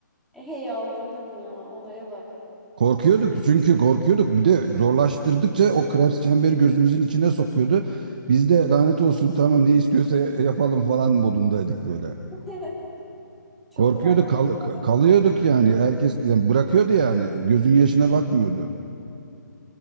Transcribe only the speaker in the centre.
hey Allah'ım ya olaya bak.
<laughs> Çok
farklı
bir olay.